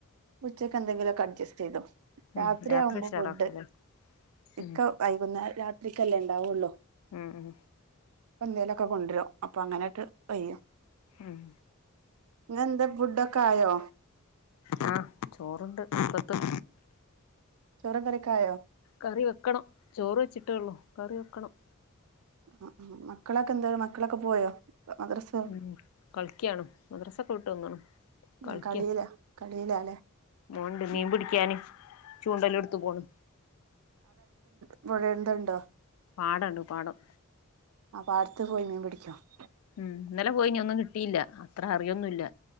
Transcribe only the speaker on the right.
ഉച്ചയ്ക്ക് എന്തെിലൊക്കെ അഡ്ജസ്റ്റ് ചെയ്തോ
രാത്രിയാവുമ്പോ
ഫുഡ്ഡ് ഇക്ക
വൈകുന്നെ രാ തിക്കല്ലേ ഉണ്ടാവുള്ളൂ
എന്തേലൊക്കെ കൊണ്ട്രും അപ്പൊ അങ്ങനട്ട് കയ്യും
ഇന്നെന്ത്‌ ഫുഡ്ഡ് കായോ
ചോറും കറിയൊക്കെ ആയോ
അ ആഹ് മക്കളൊക്കെ എന്ത മക്കളൊക്കെ പോയോ മദ്രസ
ആ കളിയിലാ കളിയിലാല്ലേ
ഉം
<unintelligible> ന്ത്ണ്ടോ
അ പാടത്തു പോയി മീൻ പിടിക്ക <unintelligible>